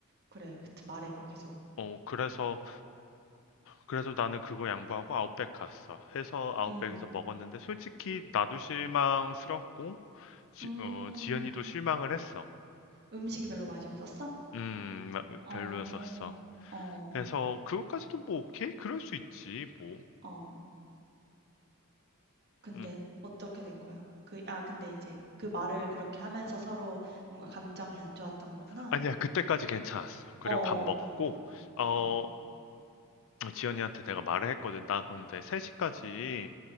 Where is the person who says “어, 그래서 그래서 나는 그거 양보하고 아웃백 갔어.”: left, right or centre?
Left